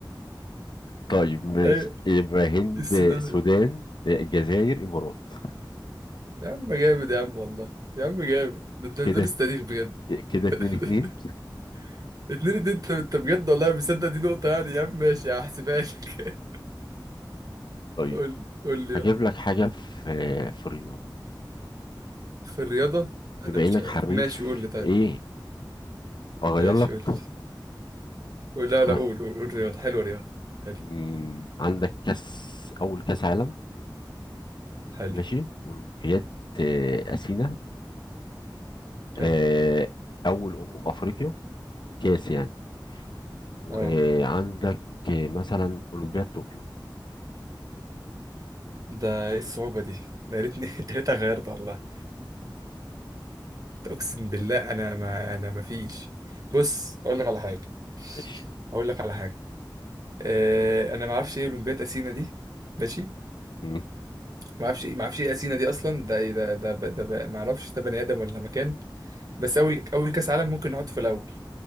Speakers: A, on the left (about 65°); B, on the right (about 50°).
A: طيب ماشي
B: ايوه
A: يبقى هند
B: السودان
A: سودان آه، جزائر إمارات
B: يا عم جامد يا عم والله يا عم جامد ده انت بتدرس
A: كده
B: تاريخ بجد
A: كده
B: <laughs>
A: اتنين اتنين
B: اتنين اتنين انت انت بجد والله مصدق دي نقطه يعني يا عم ماشي هحسبها لك <laughs>
A: طيب
B: قول قول لي يلا.
A: هجيب لك حاجة في آه، في الرياضة
B: في الرياضه انا
A: بما
B: مش
A: إنك حريف
B: ماشي قول لي طيب
A: إيه أغير
B: ماشي
A: لك
B: قول لي قول لا لا
A: أنا
B: قول قول قول رياضه حلوه رياضه حلو
A: مم، عندك كأس أول كأس عالم
B: حلو
A: ماشي أولمبياد آه، أثينا
B: حلو
A: آه، أول أمم أفريقيا كاس يعني وعندك
B: اه
A: مثلا أولمبياد طوكيو
B: ده ايه الصعوبه دي ده يا ريتني <laughs> يا ريت غيرت والله. اقسم بالله انا ما انا ما فيش بص اقول لك على حاجه
A: ماشي
B: اقول لك على حاجه أه انا ما اعرفش ايه اولمبياد اثينا دي ماشي
A: مم.
B: ما اعرفش ما اعرفش ايه اثينا دي اصلا ده ايه ده ده ب- ده ب- ما اعرفش ده بني ادم ولا مكان بس اول اول كاس عالم ممكن نحط في الاول